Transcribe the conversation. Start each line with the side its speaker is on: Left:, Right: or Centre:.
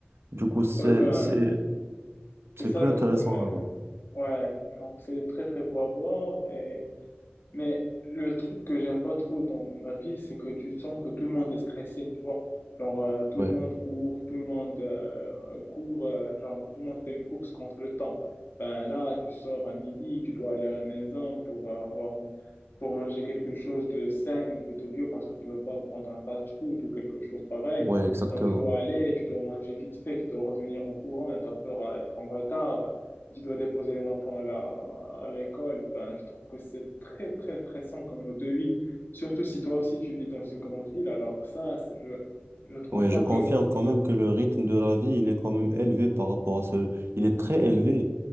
Right: Du coup, c'est
Left: Ouais, ben,
Right: c'est c'est
Left: C'est ça
Right: plus
Left: le
Right: intéressant
Left: truc. euh,
Right: là-bas.
Left: Ouais, genre, c'est très très beau à voir. Et... Mais le truc que j'aime pas trop dans la vie, c'est que tu sens que tout le monde est stressé, tu vois. Genre, euh, tout
Right: Ouais,
Left: le monde court, tout le monde euh, court, euh, genre, tout le monde fait une course contre le temps. Ben là, tu sors à midi, tu dois aller à la maison pour euh, avoir, pour manger quelque chose de sain ou plutôt bio parce que tu veux pas prendre un fast-food ou quelque chose pareil.
Right: ouais, exactement.
Left: Donc, tu dois aller, tu dois manger vite fait, tu dois revenir en courant et t'as peur à être en retard tu dois déposer les enfants à la, à l'école, ben, je trouve que c'est très, très stressant comme mode de vie. Surtout si toi aussi tu vis dans une grande ville, alors ça, c'est- je, je trouve
Right: Ouais,
Left: pas
Right: je confirme
Left: que.
Right: quand même que le rythme de la vie, il est quand même élevé par rapport à ce... Il est très élevé.